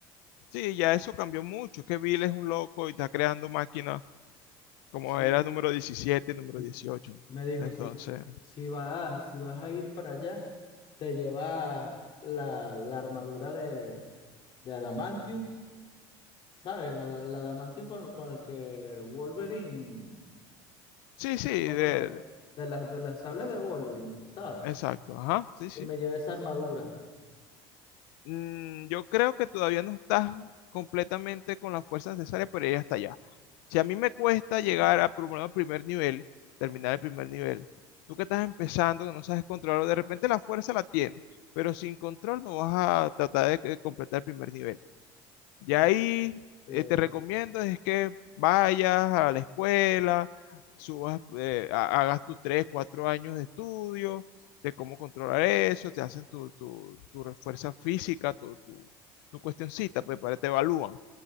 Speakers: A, on the left; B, on the left.
A: sí, ya eso cambió mucho. Es que Bill es un loco y está creando máquinas como
B: Sí,
A: era número diecisiete,
B: sí.
A: número
B: M-
A: 18.
B: me dijo,
A: Entonces,
B: si, si vas, si vas a ir para allá, te llevas la, la armadura de, de Adamantium, ¿sabes? Ada- La, Adamantium con, con el que Wolverine.
A: sí, sí, de-
B: como
A: de-
B: de las de las sables de Wolverine, ¿sabes?
A: exacto, ajá, sí, sí.
B: Que me llevé esa armadura,
A: Mm, yo creo que todavía no estás completamente con la fuerza necesaria para ir hasta allá. Si a mí me cuesta llegar a por lo menos, al primer nivel, terminar el primer nivel, tú que estás empezando, que no sabes controlar, de repente la fuerza la tienes, pero sin control no vas a tratar de que- completar el primer nivel. Y
B: ¿no?
A: ahí
B: Que-
A: eh, te recomiendo es que vayas a la escuela, subas, eh, ha- hagas tus tres, cuatro años de estudio, de cómo controlar eso, te hacen tu, tu, tu refuerza física, tu, tu, tu cuestioncita, pues para te evalúan.